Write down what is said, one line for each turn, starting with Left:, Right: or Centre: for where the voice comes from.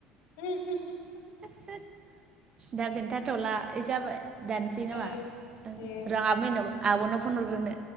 Left: ओम हम हम
Right: हो दा खोन्थाथला जाबाय दानसै नामा
Left: ओ दे
Right: र आं आबमेनुनाव आबनाव फनहरग्रोनो